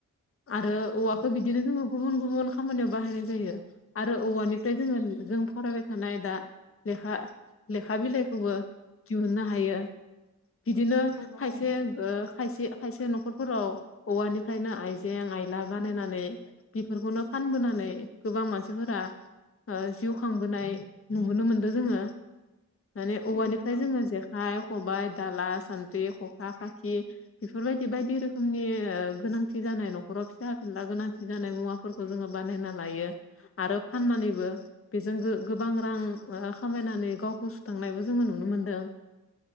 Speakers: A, on the left (about 45°); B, on the left (about 80°).
A: आरो
B: औ
A: औवाखौ
B: औ
A: बि दिनो जोङो गुबुन गुबुन खामानियाव बाहायनाय जायो आरो औवानिफ्राय जोङो जों फरायबाय थानाय दा लेखा लेखा बिलाइखौबो दिहुननो हायो बिदिनो
B: नंगौ
A: खायसे
B: औ
A: खायसे खायसे न'खरफोराव औवानिफ्रायनो आइजें आइला बानायनानै बेफोरखौनो फानबोनानै गोबां मानसिफोरा जिउ खांबोनाय नुबोनो मोनदों जोङो माने औवानिफ्राय
B: नंगौ ओं
A: जोङो जेखाइ खबाइ दाला सान्द्रि खखा खाखि बेफोरबायदि बायदि रोखोम नि गोनांथि जानाय न'खराव फिसा फिनला गोनांथि जानाय मुवाफोरखौ जोङो बानायना लायो आरो फाननानैबो बेजों गोबां रां खामायनानै गावखौ सुथांनायबो जोङो नुनो मोनदों